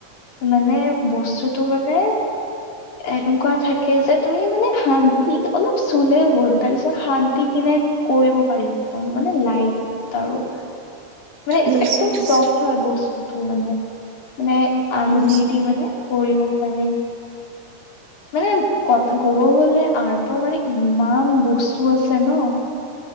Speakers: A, on the left; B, on the right.
A: মানে বস্তুটো মানে- এনেকুৱা থাকে যে তুমি মানে হাত দি অলপ চুলে হ'ল। তাৰপিছত হাত দি কিনে কৰিব পাৰি একদম মানে লাইট আৰু। মানে
B: বুজিছোঁ
A: একদম
B: বুজিছোঁ
A: চফ্ট হয় বস্তুটো মানে। মানে আগুলি
B: বুজিছোঁ
A: দি মানে কৰিব পাৰে। মানে ক ক'ব গ'লে আৰ্টৰ মানে ইমান বস্তু আছে ন।